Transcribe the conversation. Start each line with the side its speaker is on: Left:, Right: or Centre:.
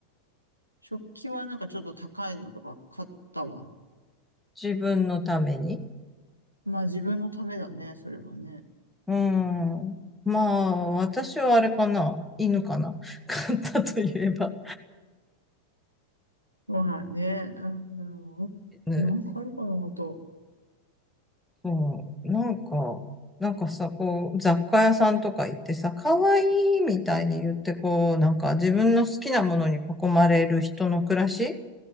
Right: 食器はなんかちょっと高いのとか買ったわ。
Centre: 自分のために。
Right: まあ、自分のためだね。それはね。
Centre: うーん。まあ、私はあれかな。犬かな。<laughs> 飼ったといえば
Right: まあね。うん。
Centre: 犬。
Right: なんかあるかな、あと。
Centre: そう。なんか、なんかさ、こう、雑貨屋さんとか行ってさ、可愛いみたいに言って、こう、なんか自分の好きなものに囲まれる人の暮らし